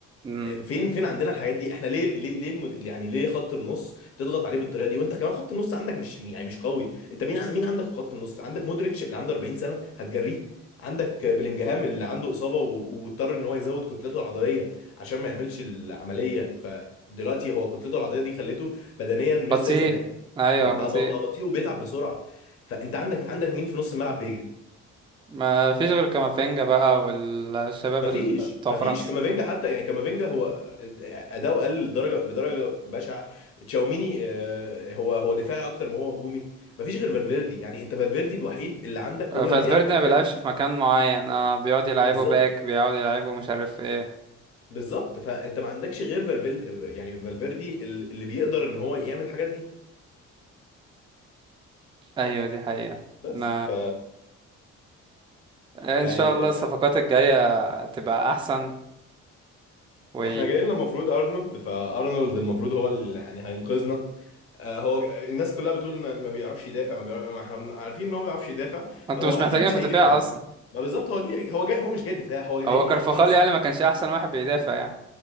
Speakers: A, on the right; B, on the left.
A: امم
B: فين فين عندنا الحاجات دي احنا ليه ليه ليه المد... يعني ليه خط النص تضغط عليه بالطريقه دي وانت كمان خط النص عندك مش يعني مش قوي انت مين ع- مين عندك في خط النص عندك مودريتش اللي عنده 40 سنه هتجريه عندك بلينجهام اللي عنده اصابه و- واضطر ان هو يزود كتلته العضليه عشان ما يعملش العمليه فدلوقتي هو كتلته العضليه دي خلته بدنيا مش
A: بطيء
B: زي زمان
A: ايوه
B: بقى بقى
A: بطيء
B: بقى بطيء وبيتعب بسرعه فانت عندك عندك مين في نص الملعب بيجري
A: ما فيش غير كامافينجا بقى والشباب
B: مفيش
A: ال- بتوع
B: مفيش
A: فرنسا
B: كامافينجا حتى يعني كامافينجا هو اداؤه قل لدرجه بدرجه بشعه تشاوميني آه، هو هو دفاعي اكتر ما هو هجومي مفيش غير فالفيردي يعني انت فالفيردي الوحيد اللي عندك
A: فالفيردي
B: هو اللي بيعرف يعمل
A: ما
B: الحاجات
A: بيلعبش
B: دي
A: في مكان معين اه بيقعد يلعبه
B: بالظبط
A: باك بيقعد يلعبه مش عارف ايه
B: بالظبط فانت ما عندكش غير فالفيردي يعني فالفيردي ال- اللي بيقدر ان هو يعمل الحاجات دي
A: ايوه دي حقيقة
B: بس
A: ما
B: ف
A: ان
B: يعني
A: شاء الله الصفقات الجاية تبقى احسن و
B: احنا جايين لنا المفروض ارنولد فارنولد المفروض هو اللي يعني هينقذنا آه، هو الناس كلها بتقول ما ما بيعرفش يدافع ما بيعرف... ما احنا بن- عارفين ان هو ما بيعرفش يدافع
A: انتوا
B: فهو
A: مش
B: اكيد
A: محتاجين
B: مش
A: في
B: هيجي
A: الدفاع
B: دفاع
A: اصلا
B: ما بالظبط هو جي... هو جاي هو مش جاي دفاع هو هيجي
A: هو كارفاخال
B: خط نص
A: يعني ما كانش احسن واحد بيدافع يعني